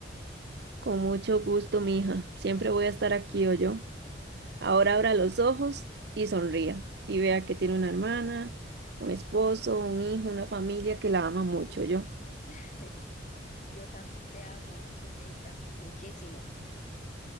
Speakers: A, on the right (about 60°); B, on the left (about 40°).
A: Con mucho gusto, mija. Siempre voy a estar aquí o yo. Ahora abra los ojos y sonría. Y vea que tiene una hermana, un esposo, un hijo, una familia que la ama mucho, yo.
B: <laughs> Yo también te amo, ¿oíste, Meita? Muchísimo.